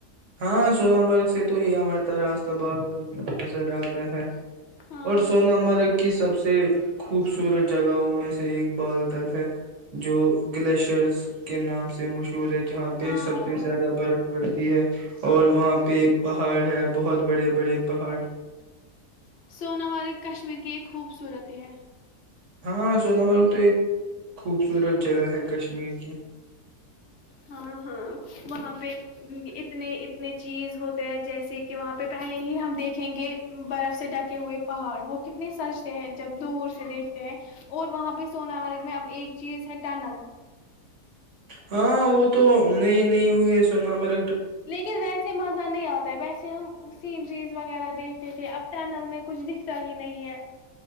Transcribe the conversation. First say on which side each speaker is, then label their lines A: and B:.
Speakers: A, on the right; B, on the left.
A: ہاں سونا مرگ سے تو یہ ہممارتا راستہ بال ک بھی نظر آتا ہے
B: ہاں،
A: اور سوون مرگ کی سب سے خوبصورت جگہوں میں سے ایک بال تل ہے جو گلیشرس کے نام سے مشہور ہے جہاں پہ
B: ہاں،
A: سب
B: ہاں،
A: سے زیادہ برف پڑتی ہے اور وہاں پہ پہاڑ ہے بہت بڑے بڑے پہاڑ
B: سونا مارگ کشمیر کی ایک خوبصورتی ہے
A: ہاں سونا بر تو ایک خوبصورت جگہ ہے کشمیر کی
B: ہاں ہاں وہاں پہ اتنے اتنے چیز ہوتے ہیں جیسے کہ وہاں پہ پہلے ہی ہم دیکھیں گے برف سے ڈکے ہوئے پہاڑ وہ کتنے سجتے ہیں جب دور سے دیکھ ہیں اور وہاں پہ سونا مرگ میں اب ایک چیز ہے ٹنل
A: ہاں وہ تو نہیںئی نہیں ہوئی ہے سونا مر
B: لیکن ویسے مزہ نہیں آتا ہے ویسے ہم سینریز وغیرہ دیکھتے تھے اب ٹنل میں کچھ دکھتا ہی نہیں ہے